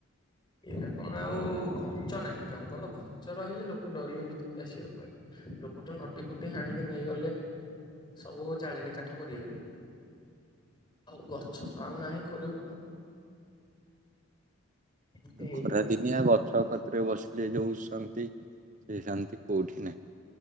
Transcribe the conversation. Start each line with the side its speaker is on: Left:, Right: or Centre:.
Left: ଏଇରା କଣ ଆଉ ଘଞ୍ଚ ନାହିଁ ଜଙ୍ଗଲ ଘଞ୍ଚ ରହିଲେ ଲୋକ। ଲୋକ ଡରିବେ ଭିତରକୁ ଆସିବା ପାଇଁ ଲୋକଠୁ ନଟି ଫଟି ହାଣିକି ନେଇଗଲେ। ସବୁ ଜାଳେଣି କାଠ କରିବେ ବୋଲି। ଆଉ ଗଛ ତ ଆଉ ନାହିଁ କରିବ କଣ। ଏମିତି ହେଇଛି
Right: ଖରା
Left: କଥା
Right: ଦିନିଆ ଗଛ କତିରେ ବସିଲେ ଯୋଉ ଶାନ୍ତି ସେ ଶାନ୍ତି କୋଉଠି ନାହିଁ।